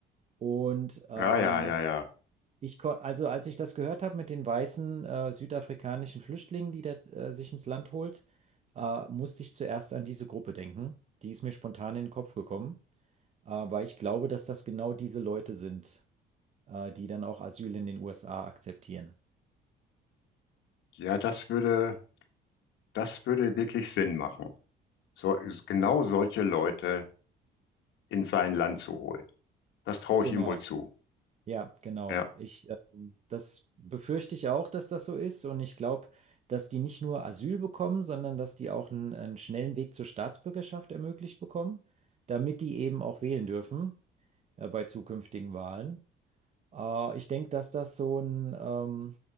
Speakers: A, on the right; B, on the left.
A: Und ähm,
B: ja, ja, ja.
A: ich, ko- also als ich das gehört habe mit den weißen äh, südafrikanischen Flüchtlingen, die da äh, sich ins Land holt, äh, musste ich zuerst an diese Gruppe denken. Die ist mir spontan in den Kopf gekommen. Aber ich glaube, dass das genau diese Leute sind, äh, die dann auch Asyl in den USA akzeptieren.
B: Ja, ja das würde. Das würde wirklich Sinn machen, so, genau solche Leute in sein Land zu holen. Das traue
A: Genau.
B: ich ihm wohl zu.
A: Ja, genau.
B: Ja,
A: Ich, ähm, das befürchte ich auch, dass das so ist. Und ich glaube, dass die nicht nur Asyl bekommen, sondern dass die auch einen, einen schnellen Weg zur Staatsbürgerschaft ermöglicht bekommen, damit die eben auch wählen dürfen, äh, bei zukünftigen Wahlen. Äh, ich denke, dass das so ein, ähm,